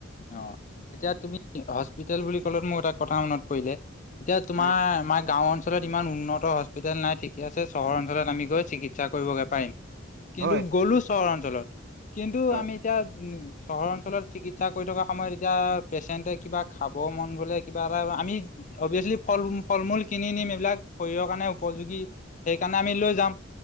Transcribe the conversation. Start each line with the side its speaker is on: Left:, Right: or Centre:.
Left: অ' এতিয়া তুমি হস্পিতেল বুলি ক'লে মোৰ এটা কথা মনত পৰি যায়। এতিয়া তোমাৰ
Right: উম,
Left: আমাৰ গাঁও অঞ্চলত ইমান উন্নত হস্পিতেল নাই ঠিকে আছে, চহৰ অঞ্চলত আমি গৈ চিকিৎসা কৰিবগৈ পাৰিম। কিন্তু
Right: হয়
Left: গ'লো চহৰ অঞ্চলত কিন্তু
Right: হয়
Left: আমি এতিয়া উম' চহৰ অঞ্চলত চিকিৎসা কৰি থকা সময়ত এতিয়া পেচেণ্টে কিবা খাব মন গ'লে কিবা এটা আমি অবিয়েচলি ফল, ফল-মূল কিনি নিম, এইবিলাক শৰীৰৰ কাৰণে উপযোগী। সেইকাৰণে আমি লৈ যাম,